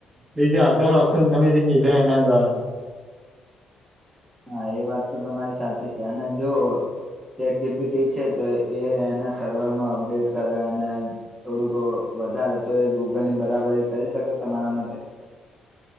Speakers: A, on the right; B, on the right.
A: બીજ અધર ઓપ્શન તમે જધા એના
B: હા એ વાત તો તમારી સાચી છે અને જો ચેર જીબી ટી છે તો એ એના સર્વરમાં અપડેટ કરે અને થોડુંક વધારે તો એ ગૂગલની બરાબર કરી શકે તમારા માટે